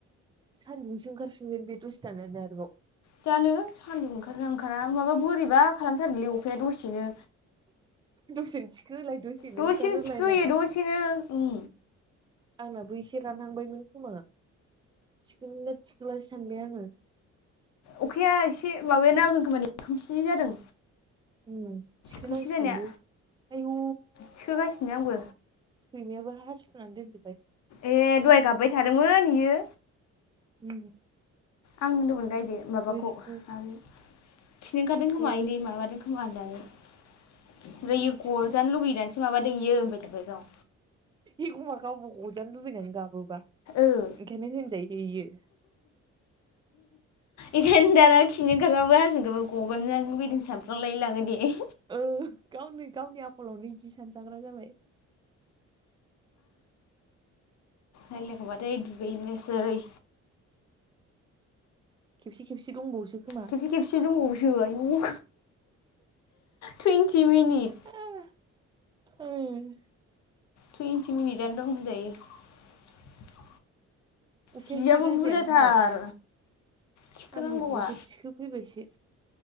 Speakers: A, on the right (about 15°); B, on the left (about 65°).
A: सान्दुंसो ओंखारफिनगोन बे दसे थानानो आरोबाव
B: जानो सान्दुं ओंखारोना ओंखारा माबा बोरैबा खालामथारोलै अखाया दसेनो
A: दसेनो थिखोलाय
B: दसेनो
A: ओंखारहोलाय
B: थिखो
A: नामा
B: होयो दसेनो उम
A: आंनाबो एसे रानहांबायमोन खोमा थिखोनोनो थिखोलासो सानबाय आङो
B: अखाया एसे माबाया हागोन खोमा नै खोमसि जादों
A: ओम थिखोनांसिगोन
B: खोमसि जानाया
A: लै आयु
B: थिखोगासिनो आंबो
A: सैमायाबो हासुनानै दोनदों
B: ए दहाय गाबबाय थादोंमोन बियो
A: ओम
B: आं होनदोंमोन गायदे माबाखौ
A: ओरैनो
B: आरो खिनो ओंखारदों
A: ज'
B: खोमा इनै
A: थिखो
B: माबादों खोमा होननानै ओमफ्राय
A: ज' थिखोनानै
B: गजानो लुगैनानैसो माबादों इयो होनबाय थाबाय गाव
A: एखमा गावबो गजानो लुबैनानै गाबोबा
B: ओ
A: ओंखायनो होनजायो दै इयो
B: इखायनो दाना खिनि ओंखारबाबो हासुनो ओंखारबानो गगारजानो लुबैदों सानफ्लांलाय लाङो दे
A: ओ गावनो गावनि आखलावनो इदि सानजाग्रा जाबाय
B: रायलायखांबाथाय दुगैनोसै
A: खेबसे खेबसे दंबावोसो खोमा
B: खेबसे खेबसे दंबावोसो आयं टुइन्टि मिनिट
A: <unintelligible>
B: टुइन्टि मिनिटआनो दं होनजायो
A: अखाया
B: जियाबो
A: एसे रोजायानो
B: बुरजाथार
A: हाबाय
B: थिखोनांगौआ
A: आंबो जिखौ थिखो फैबायसो